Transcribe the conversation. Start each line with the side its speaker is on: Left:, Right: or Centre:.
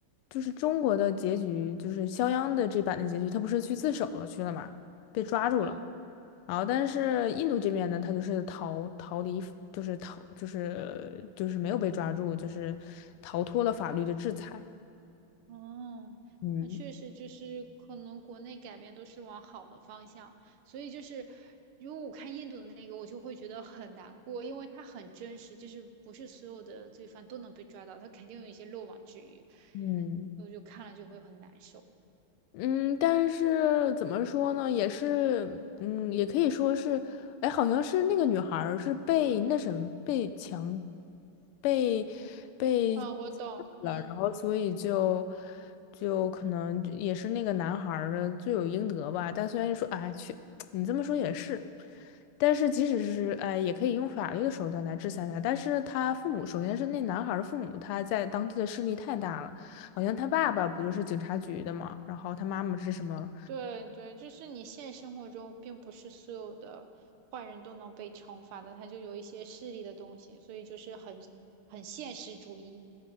Left: 就是中国的结局，就是肖央的这版的结局，他不是去自首了去了嘛，被抓住了，
Right: 嗯。
Left: 然后但是印度这边呢，他就是逃逃离，就是逃就是就是没有被抓住，就是逃脱了法律的制裁。
Right: 哦，
Left: 嗯
Right: 那确实就是可能国内改变都是往好的方向，所以就是如果我看印度的那个，我就会觉得很难过，因为它很真实，就是不是所有的罪犯都能被抓到，他肯定有一些漏网之鱼，
Left: 嗯
Right: 我就看了就会很难受。
Left: 嗯，但是怎么说呢，也是，嗯，也可以说是，哎，好像是那个女孩儿是被那什么被强，被被侵犯了，
Right: 啊，我懂，嗯，
Left: 然后所以就就可能也是那个男孩儿的罪有应得吧。但虽然说，哎，去，你这么说也是，但是即使是哎，也可以用法律的手段来制裁他。但是他父母，首先是那男孩儿的父母，他在当地的势力太大了。好像他爸爸不就是警察局的嘛，然后他妈妈是什么？
Right: 对对，就是你现实生活中并不是所有的坏人都能被惩罚的，他就有一些势力的东西，所以就是很很现实主义。